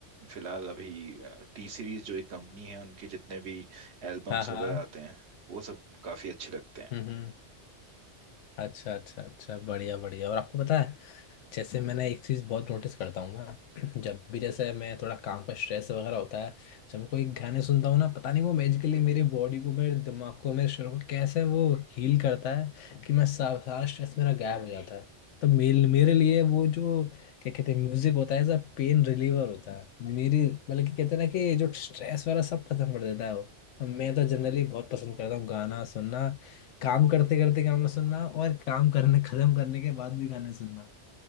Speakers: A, on the right; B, on the left.
A: फिलहाल अभी टी सीरीज जो एक कंपनी है उनके जितने भी एल्बम्स
B: हाँ हाँ
A: वगैरह आते हैं वो सब काफी अच्छे लगते हैं
B: हम्म हम्म अच्छा अच्छा अच्छा बढ़िया बढ़िया और आपको पता है जैसे मैंने एक चीज़ बहुत नोटिस करता हूँ मैं <clears throat> जब भी जैसे मैं थोड़ा काम का स्ट्रेस वगैरह होता है जब मैं कोई गाने सुनता हूँ ना पता नहीं वो मैजिकली मेरे बॉडी को मेरे दिमाग को मेरे शरीर को कैसे वो हील करता है कि मैं सा- सारा स्ट्रेस मेरा गायब हो जाता है तो मेरे मेरे लिए वो जो क्या कहते हैं म्यूजिक होता है एज अ पेन रिलीवर होता है मेरी मतलब कि कहते हैं ना कि जो स्ट्रेस वगैरह सब खत्म कर देता है वो तो मैं तो जनरली बहुत पसंद करता हूँ गाना सुनना काम करते करते गाना सुनना और काम करने खत्म करने के बाद भी गाने सुनना